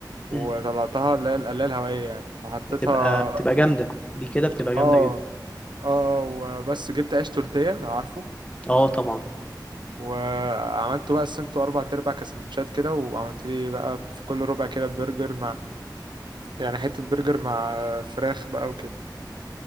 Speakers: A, on the right (about 75°); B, on the left (about 15°).
A: وطلعتها
B: مم.
A: اللي هي القلاية الهوائية يعني وحطيتها
B: بتبقى
A: اه
B: بتبقى جامدة دي كده بتبقى جامدة
A: اه
B: جدا
A: آه، وبس جبت عيش تورتيه لو عارفه
B: اه طبعا
A: وعملته بقى قسمته اربع تربع كسندوتشات كده وعملت لي بقى في كل ربع كده برجر مع يعني حته برجر مع فراخ بقى وكده